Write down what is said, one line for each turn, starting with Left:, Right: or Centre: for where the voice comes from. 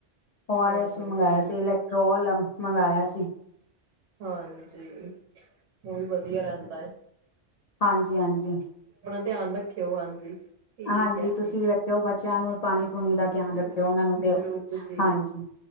Left: ਓ ਆਰ
Right: ਹੋਰ
Left: ਐਸ ਮੰਗਵਿਆ
Right: ਕੀ
Left: ਸੀ ਇਲੈਕਟ੍ਰੋਲ ਮੰਗਾਇਆ ਸੀ।
Right: ਹਾਂਜੀ ਉਵੀ ਵਧੀਆ ਰਹਿੰਦਾ ਏ।
Left: ਹਾਂਜੀ -ਹਾਂਜੀ-ਹਾਂਜੀ
Right: ਧਿਆਨ ਰੱਖਿਓ ਹਾਂਜੀ। ਠੀਕ
Left: ਹਾਂਜੀ
Right: ਹੈ
Left: ਤੁਸੀਂ
Right: ਜੀ
Left: ਵੀ ਰੱਖਿਓ ਬ <unintelligible> ਪਾਣੀ ਪੂਣੀ ਦਾ ਧਿਆਨ
Right: ਹਾਂਜੀ
Left: ਰੱਖਿਓ ਉਹਨਾਂ ਨੂੰ ਦਿਓ
Right: ਜ਼ਰੂਰ ਜੀ
Left: ਹਾਂਜੀ